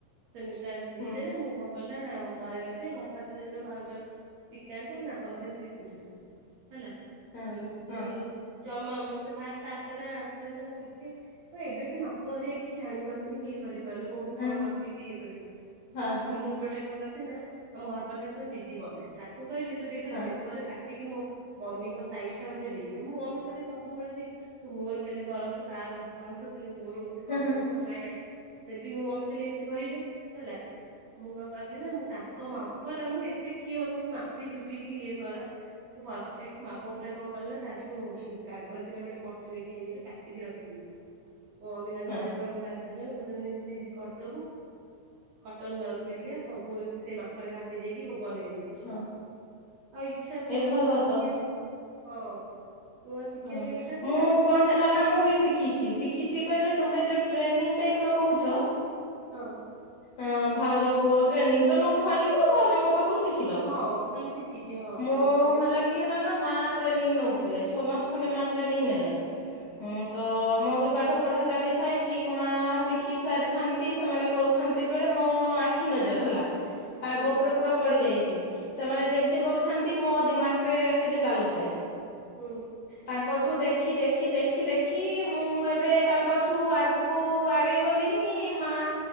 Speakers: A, on the right; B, on the left.
A: ସେମିଷ୍ଟାର ଭିତରେ
B: ହୁଁ
A: ମୁଁ କଣ କଲିନା ଘରେ କହିଥିଲି ଘର ପାଖରେ ଜଣେ ଭାଉଜ। ଶିଖାନ୍ତି ମୁଁ ତାଙ୍କପାଖରେ ଶିଖୁଥିଲି ହେଲା
B: ହଁ
A: ଯେ ହଉଚି
B: ହଁ
A: ଜମା ମୋତେ ଫାଷ୍ଟେ ଆସେନା ଆସେନା ଶିଖେ ହ ଏବେପି ମାପରେ କିଛି ଆଣିପାରୁନି କି। ଇଏ କରି ମାନେ କୋଉଠୁ
B: ହଁ
A: କଣ ମାପିବି ଇଏ କରିବି
B: ହଁ
A: ମୁଁ ଗୋଟେ କଣ କରିଚି ନା ଆମ ଘର ପାଖରେ ସେଦିଦି ବନାଏ ତାକୁ କହିଲେ ତୁ ଟିକେ ଖାଲି
B: ହଁ
A: ପେପରରେ କା ଟିକେ ମୋ ମମିଙ୍କ ସାଇଜ ଟା ମୋତେ ଦେଇ ହେ ମୋ ମମିଖାଲି ସବୁବେଳେ ସେ ତୁ ମୋର ହେଲେ କରନ୍ତୁ କାହାର ନ କରନ୍ତୁ ଖାଲି ମୋର। କରିଦିଅନ୍ତୁ
B: ହଁ
A: କାଇଁ ଆ ଦେବି ମୋ ମମି ଖାଲି ଏମିତି କହିବେ ହେଲା। ମୁଁ କଣ କଲିି ନା ମୁଁ ତାଙ୍କ ମାପର ମୁଁ ଏତେ କିଏ ବସିକି ମାପି ଚୁପିକି ଇଏ କର। ମୁଁ ପରଫେକ୍ଟ ମାପ ପୁରା କଣ କଲି ନା ତା ଠୁ ମୁଁ କାଗଜରେ ଗୋଟେ ପଟିିବାକି ଇଏ ରେ କାଟିକି ରଖିଦେଇଛି ମୋ ମମି ତାଙ୍କର
B: ହଁ
A: ଯେତେବେଳେ କହିଲା ଜଣ ଲୋକଛନ୍ତି କରିଦବୁ। <unintelligible> କଟନ ବ୍ଲାଉଜ ହେରିକା ସବୁ ଏମିତି ସେଇ ମାପରେ କାଟି ଦେଇକି ବନେଇ ଦଉଛି।
B: ହଁ
A: ଆଉ ଇଛା ଥିଲା
B: ଏ ଭଲ
A: ନୂଆ ଶିଖିବା
B: ତ
A: ପାଇଁ ହଁ। ନୂଆ ଶିଖିବା
B: ହଁ
A: ପାଇଁ ଇଚ୍ଛା ଥିଲା
B: ମୁଁ
A: ଏଇ
B: କଣ ହେଲା ନା ନା ମୁଁ ବି ଶିଖିଛି ଶିଖିଛି କହିଲେ ତୁମେ ଯୋଉ ଟ୍ରେନିଂ ଟାଇପ ର କହୁଛ
A: ହଁ।
B: ହ ଭାଉଜଙ୍କୁ ଟ୍ରେନିଂ ତ ନ କୁହାଯିବ ଭାଉଜଙ୍କ ପାଖ ରୁ ଶିଖିଲ।
A: ହଁ ଖାଲି ଶିଖିଛି ହଁ
B: ମୁଁ
A: ତାଙ୍କ ଘରେ
B: ହେଲା କି କିଏ ହେଲା ନା ମାଆ ଟ୍ରେନିଂ ନେଉଥିଲେ। ଛଅ ମାସ ଖଣ୍ଡେ ମା ଟ୍ରେନିଂ ନେଲେ। ହୁଁ
A: ହଁ
B: ତ ମୁଁ ବି ପାଠ ପଢ଼ା ଚାଲିଥାଏ ଠିକ୍ ମାଆ ଶିଖି ସାରିଥାନ୍ତି ସେମାନେ କରୁଥାନ୍ତି ବେଳେ ମୋ ଆଖି ନଜର ହେଲା। ହ <unintelligible> ତାଙ୍କ
A: ହୁଁ
B: ଉପରେ ପୁରା ପଡି ଯାଇଛି। ସେମାନେ ଯେମିତି କରୁଥାନ୍ତି ମୋ ଦିମାଗ ରେ ସେଇଟା ଚାଲୁଥାଏ।
A: ହୁଁ।
B: ତାଙ୍କଠୁ ଦେଖି ଦେଖି ଦେଖି ଦେଖି ମୁଁ ଏବେ ତାଙ୍କଠୁ ଆଗକୁ କୁ ଆଗେଇ ଗଲି ହିଁ ମା